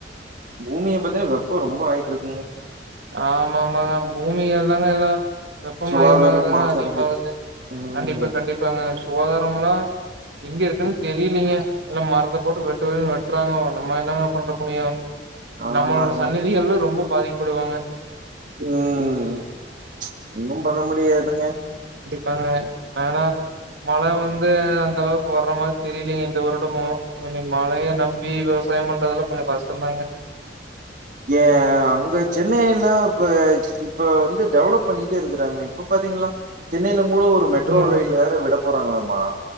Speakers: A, on the right (about 45°); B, on the right (about 65°).
A: பூமிய பாத்தீங்கன்னா வெப்ப ரொம்ப வாங்கிட் இருக்குங்க
B: ஆமா ஆமாங்க பூமிகள் தாங்க எல்லா வெப்பம்
A: சுகாதாரம்
B: மயமாகதாங்க
A: மாசு
B: அதிகமாகுது
A: அடைஞ்சிருச்சு ம்
B: கண்டிப்பா கண்டிப்பாங்க சுகாதார முல்லா எங்க இருக்குன் தெரிலீங்க எல்லா மரத்தை போட்டு வெட்டுவேன் வெட்டுறாங்க நம்ம என்னங்க பண்ண முடியும்
A: ஆமாங்க
B: நம்மளோட சன்னிதிகள் ரொம்ப பாதிக்கப்படுவாங்க
A: ம் ஒன்னும பண்ண முடியாதுங்க
B: காங்க ஆனா மழை வந்து அந்தளவுக்கு வர்ற மாதிரி தெரியலங்க இந்த வருடமும் இன்னும் நீ மழையே நம்பி விவசாயம் பண்றதுல கொஞ்சம் கஷ்டம்தாங்க
A: ஏன் அங்க சென்னையெல்லா இப்ப இப்ப வந்து டெவலப் பண்ணிட்டே இருக்கிறாங்க இப்ப பாத்தீங்கனா சென்னையில கூட ஒரு மெட்ரோ
B: சொல்லுங்க
A: ரயில் வேற விட போறாங்களாமா